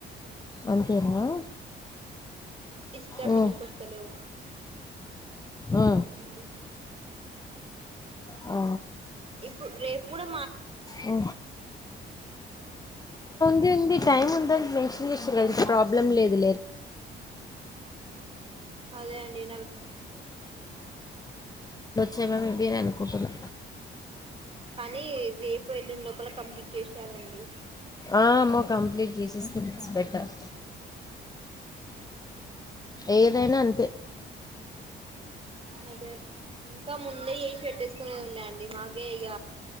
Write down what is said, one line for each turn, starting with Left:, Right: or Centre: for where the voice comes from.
Left: అంతేనా
Right: ఇష్ట
Left: ఆ,
Right: మ కస్తతలే ఊ
Left: ఆ,
Right: అలా అడి
Left: ఆ
Right: ఇప్పుడు రేపు కూడా
Left: ఆ. అదంది టైం ఉంద మెన్షన్ చేస్తారు కదా ప్రాబ్లం లేదు
Right: అదే
Left: సమ మీ బర అనుకుంటున్నా
Right: పని రేపు వెళండు లోూపల కంప్లీట్ చేసేయాలండి
Left: అమ్మో కంప్లీట్ చేసేస్తే బిస్ బెటర్ ఏదైనా అం
Right: అదే ఇంకా ముందయి పెట్టేసుకునేది ఉన్నాయంండి మాకే ఇగ